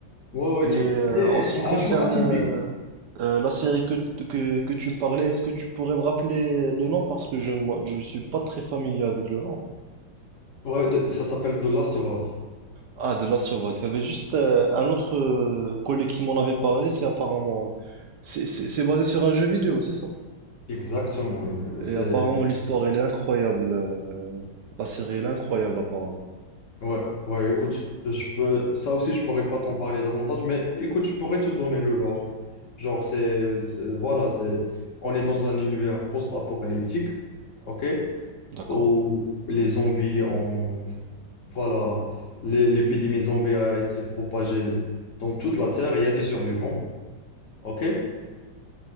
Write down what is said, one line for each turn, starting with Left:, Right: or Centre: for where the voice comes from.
Left: Ouais, ouais,
Right: Et euh,
Left: check. Et-
Right: en ce qui
Left: et un
Right: concerne
Left: jeu atypique.
Right: euh, euh, la série que, que, que tu me parlais, est-ce que tu pourrais me rappeler le nom? Parce que je moi, je suis pas très familier avec le nom.
Left: Ouais, de- ça s'appelle The Last of Us.
Right: Ah, de la Survivor. Il y avait juste euh, un autre euh, collègue qui m'en avait parlé, c'est apparemment... C'est c'est- c'est basé sur un jeu vidéo, c'est ça?
Left: Exactement. euh, C'est...
Right: Et apparemment l'histoire, elle est incroyable. euh, la série, elle est incroyable apparemment.
Left: Ouais, ouais, écoute, je peux... ça aussi, je pourrais pas t'en parler davantage, mais écoute, je pourrais te donner le lore. Genre, c'est... c'est- Voilà, c'est... On est dans un univers post-apocalyptique, ok?
Right: D'accord?
Left: Où les zombies ont... Voilà, l'é- l'épidémie zombie a été propagée dans toute la Terre et il y a des survivants, ok?